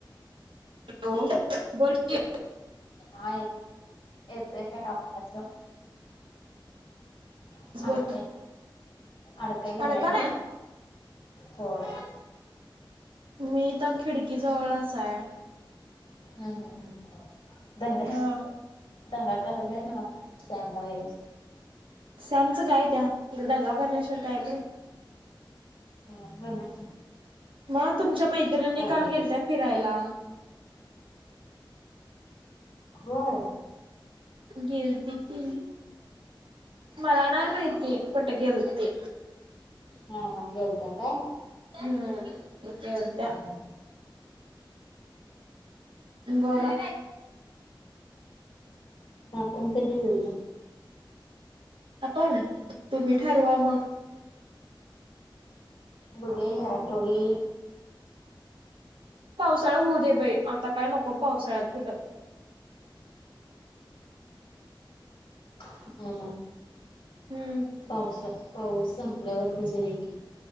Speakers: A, on the right; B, on the left.
A: हॅलो बोल की
B: हा येत येतय काय आवाज अडकाय
A: बोल
B: अडकाय लागलाय
A: अड का
B: काय? होय
A: मी तर खिडकी जवळचाय
B: हम्म हम् हम्म दंगा
A: हा
B: दंगाकरल्या ना त्यामुळे
A: स्यामचं काय त्या तिला दंगा करण्याश्वर काय ते.
B: हो म
A: मग तुमच्या मैत्रिणी
B: बाजून.
A: काल गेलताय फिरायला.
B: हो
A: गेलती की मला नाही माहिती पट गेलती.
B: हा हा गोलता काय?
A: हम्म हत
B: हम्म
A: बोला
B: आपण कधी जाऊया.
A: आपण तु्ही ठरूवा मग?
B: बघ्या या आठोडी.
A: पावसाळा होऊ दे बाई आता काय नको पावसाळ्यात कुठं!
B: हम हम
A: हम्म
B: पाऊसा पाऊस संपल्यावरती झारी की!